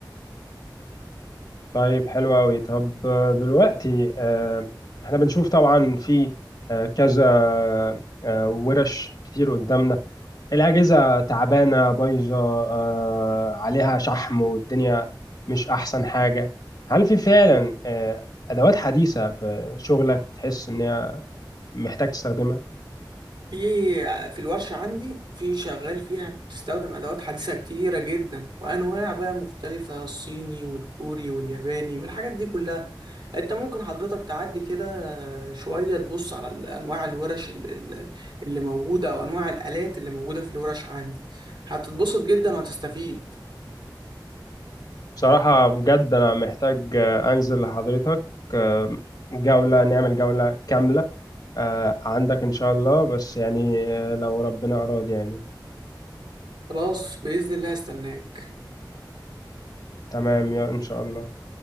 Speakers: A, on the left; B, on the right.
A: طيب حلو أوي طب آه، دلوقتي آه، احنا بنشوف طبعا في آه، كذا آه، ورش كتير قدامنا الأجهزة تعبانة بايظة آه، عليها شحم والدنيا مش أحسن حاجة هل في فعلا آه، أدوات حديثة في شغلك تحس إن هي محتاج تستخدمها؟
B: في في الورشة عندي في شغال فيها بتستخدم أدوات حديثة كتيرة جدا وأنواع بقى مختلفة الصيني والكوري والياباني والحاجات دي كلها أنت ممكن حضرتك تعدي كده شوية تبص على أنواع الورش ال- ال- اللي موجودة أو أنواع الآلات اللي موجودة في الورش عندي هتتبسط جدا وهتستفيد
A: بصراحة بجد أنا محتاج آه، أنزل لحضرتك آه، جولة نعمل جولة كاملة آه، عندك إن شاء الله بس يعني آه، لو ربنا أراد يعني
B: خلاص بإذن الله هستناك
A: تمام يا إن شاء الله